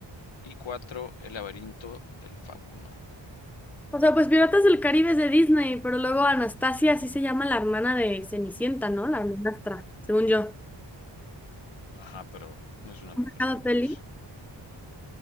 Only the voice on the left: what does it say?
Y cuatro, El laberinto del fauno.
Ajá, pero no es una película,
o sea.